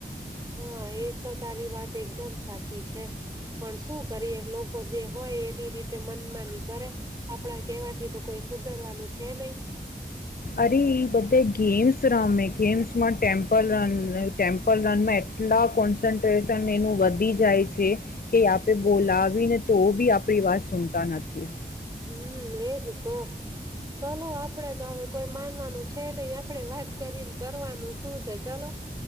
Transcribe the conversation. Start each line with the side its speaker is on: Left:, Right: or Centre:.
Right: હા એ તો તારી વાત એકદમ સાચી છે, પણ શું કરીએ લોકો જે હોય એની રીતે મનમાની કરે, આપણા કેવાથી તો કોઈ સુધરવાનું છે નહી.
Left: અરે ઈ બધે ગેમ્સ રમે, ગેમ્સમાં ટેમ્પલ રન ટેમ્પલ રનમાં એટલા કોન્સન્ટ્રેશન એનું વધી જાય છે. કે આપે બોલાવી નથી. તોભી આપ વાત સુનતા નથી.
Right: હમ એજ તો, ચલો આપડે તો હવે કોઈ માનવાનું છે નહી આપડે વાત કરીને કરવાનું શું છે ચલો.